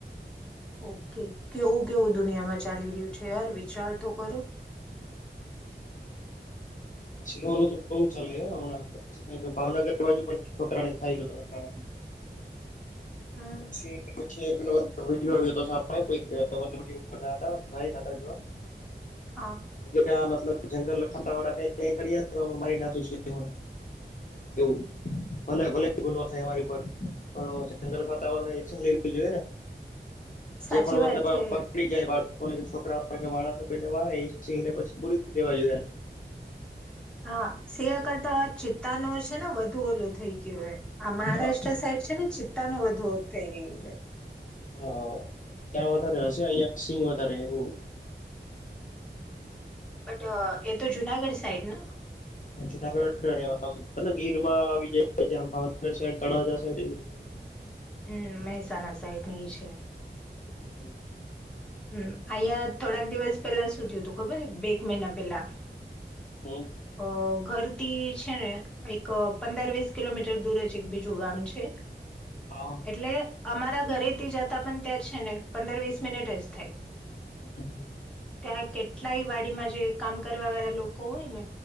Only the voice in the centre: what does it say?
ઓકે કેવું કેવું દુનિયામાં ચાલી રહ્યું છે યાર વિચાર તો કરો
હમ
હા.
સાચી
વાત છે
હા સે કરતા ચિત ચતા નો છે ને વધુ ઓલો થઈ ગયો આ મહારાષ્ટ્ર
સાઈડ છે ને તાનું વધુ થઈ રહ્યું છે
બટ એ તો જુનાગઢ સાઈડ ના
હમ મહેસાણા સાઈડની છે
હમ અહિયાં થોડાક દિવસ પેલા શું થયું તું ખબર બે એક મહિના પેલા
અ ઘરથી છે ને એક પંદર વીસ કિલોમીટર દૂર જ એક બીજું ગામ છે
એટલે અમારા ઘરે ત જતા પણ ત્યાં છે ને પંદર વીસ મિનિટ રસ્ટ થાય
ત્યાં કેટલાય વાડીમાં જે કામ કરવા વાળા લોકો હોય ને